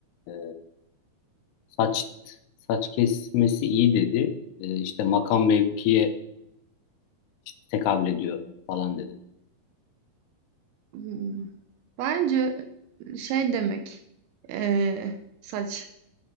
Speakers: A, on the left; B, on the right.
A: e, saç saç kesmesi iyi dedi. E, işte makam mevkiye tekabül ediyor falan dedi.
B: Hımm. Bence, e, şey demek, eee, saç.